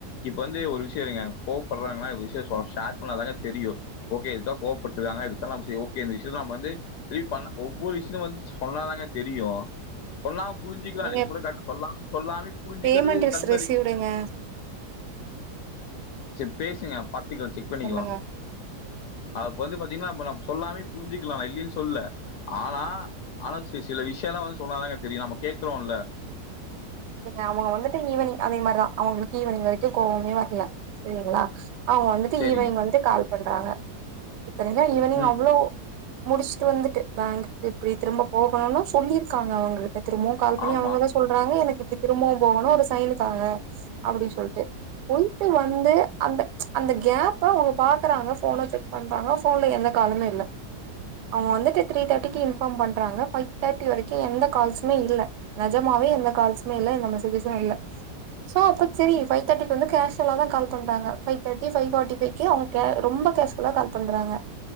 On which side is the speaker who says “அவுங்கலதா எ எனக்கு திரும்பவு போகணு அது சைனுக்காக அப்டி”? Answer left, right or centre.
Right